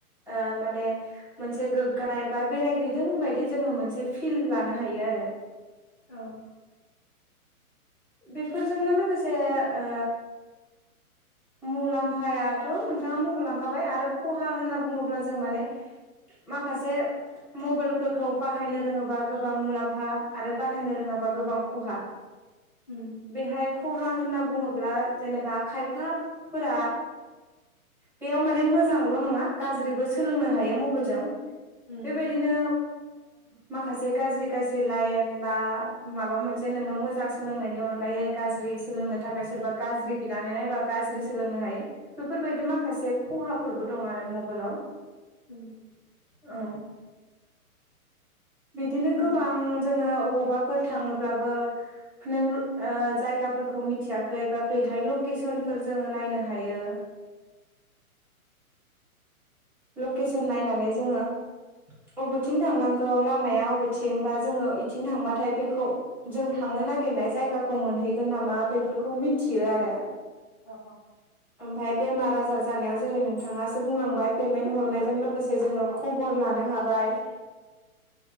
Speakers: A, in the centre; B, on the left.
A: ओ माने मोनसे गोग्गानाय बा बेरायहैदों बायदि जोङो मोनसे फिल लानो हायो आरो।
B: औ।
A: बेफोरजोंनो लोगोसे ओ मुलाम्फायाथ' नोंथाङा मख'लांखाबाय आरो खहा होनना बुङोब्ला जों माने माखासे मबाइलफोरखौ बाहायनो रोङोबा गोबां मुलाम्फा, आरो बाहायनो रोङाबा गोबां खहा।
B: <unintelligible>
A: बेहाय खहा होनना बुङोब्ला जेनेबा खायफाफोरा बेयाव माने मोजांल' नङा गाज्रिबो सोलोंनो हायो मबाइलजों,
B: उम
A: बेबायदिनो माखासे गाज्रि गाज्रि लाइन बा माबा मोनसे नोङो मोजां सोलोंनायनि अनगायै गाज्रि सोलोंनो थाखाय सोरबा गाज्रि बिनानैनो ए बा गाज्रि सोलोंनो हायो। बेफोरबायदि माखासे खहाफोरबो दं आरो मबाइलाव।
B: <unintelligible>
A: औ। बिदिनो
B: अ
A: गोबां जोङो अबावबाफोर थाङोब्लाबो नों जायगाफोरखौ मिथियाखै बा बेहाय लकेसनफोर जोङो नायनो हायो। लकेसन नायनानै जोङो बबेथिं थांनांगौ लामाया अबेथिं बा जोङो बेथिं थांबाथाय बेखौ जों थांनो नागिरनाय जायगाखौ मोनहैगोन नामा? बेफोरखौ मिथियो आरो।
B: औ औ।
A: ओमफ्राय बेमार आजार जानायाव जेरै नोंथाङासो बुंलांबाय पेमेन्ट हरनायजों लोगोसे जोङो खबर लानो हाबाय